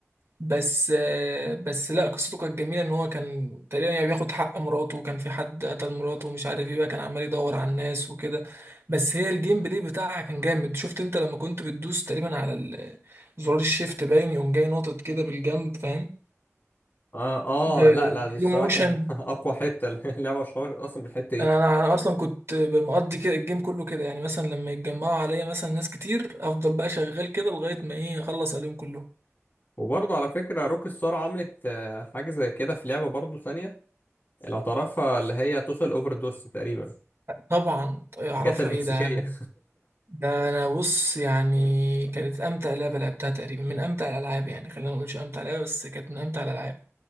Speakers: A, on the right; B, on the left.
A: بس آه، بس لا قصته كانت جميله ان هو كان تقريبا يعني بياخد حق مراته وكان في حد قتل مراته ومش عارف ايه بقى كان عمال يدور على الناس وكده بس هي الجيم بلاي بتاعها كان جامد شفت انت لما كنت بتدوس تقريبا على ال- زرار الشيفت باين يقوم جاي ناطط كده بالجنب فاهم
B: اه
A: ب-
B: اه لا لا
A: بسلو
B: دي الصراحه
A: موشن
B: كانت <laughs> اقوى حته اللعبه مشهوره اصلا بالحته دي
A: انا انا أنا اصلا كنت مقضي كده الجيم كله كده يعني مثلا لما يتجمعوا عليا مثلا ناس كتير افضل بقى شغال كده لغايه ما ايه اخلص عليهم كلهم
B: وبرضه على فكرة روك ستار عملت آه، حاجة زي كده في لعبة برضه ثانية لو تعرفها اللي هي توتال اوفر دوس تقريبا
A: طبعا اعرفها
B: جاتا المكسيكية
A: ايه ده ده انا بص يعني كانت امتع لعبه لعبتها تقريبا من امتع الالعاب يعني خلينا ما نقولش امتع لعبه بس كانت من امتع الالعاب